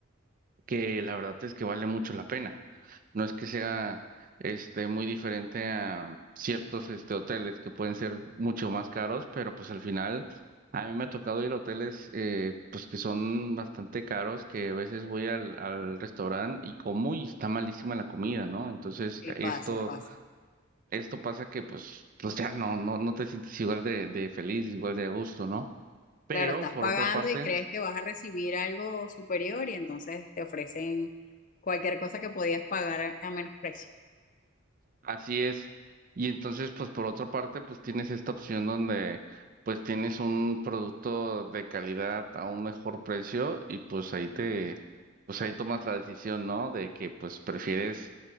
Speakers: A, on the right; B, on the left.
A: que la verdad es que vale mucho la pena. No es que sea este muy diferente a ciertos este hoteles que pueden ser mucho más caros, pero pues al final a mí me ha tocado ir a hoteles eh, pues que son bastante caros, que a veces voy al, al restaurante y como y está malísima la comida, ¿no? Entonces
B: y
A: esto
B: pasa, pasa.
A: esto pasa que pues pues ya no no no te sientes igual de de feliz, igual de a gusto, ¿no? Pero
B: Claro, estás
A: por
B: pagando
A: otra parte
B: y crees que vas a recibir algo superior y entonces te ofrecen cualquier cosa que podías pagar a a menos precio.
A: Así es. Y entonces, pues por otra parte, pues tienes esta opción donde pues tienes un producto de calidad a un mejor precio y pues ahí te, pues ahí tomas la decisión, ¿no? De que pues prefieres